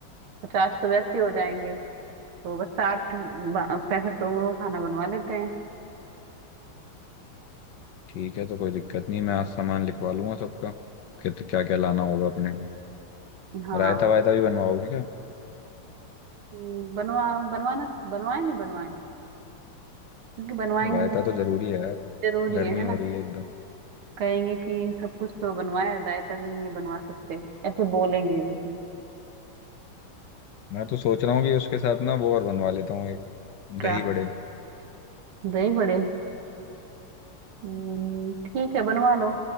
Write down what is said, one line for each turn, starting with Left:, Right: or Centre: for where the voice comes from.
Right: पचास तो वैसे ही हो जाएंगे तो बस साठ बा- पैंसठ लोगों का खाना बनवा लेते हैं
Left: ठीक है तो कोई दिक्कत नहीं है, मैं आज सामान लिखवा लूंगा सबका कित क्या क्या लाना होगा अपने को
Right: हाँ
Left: रायता वायता भी बनवाओगे क्या
Right: हम्म, बनवा बनवाना बनवाए नहीं बनवाए क्योंकि बनवाएंगे
Left: रायता
Right: नहीं तो
Left: तो
Right: कुछ
Left: जरूरी है यार
Right: जरूरी
Left: गर्मी
Right: है है
Left: हो
Right: ना
Left: रही है एकदम
Right: कहेंगे कि सब कुछ तो बनवाया रायता भी नहीं है बनवा सकते ऐसे बोलेंगे जैसे
Left: मैं तो सोच रहा हूँ कि उसके साथ ना वो और बनवा लेता हूँ एक
Right: क्या
Left: दही बड़े
Right: दही बड़े हम्म, ठीक है बनवा लो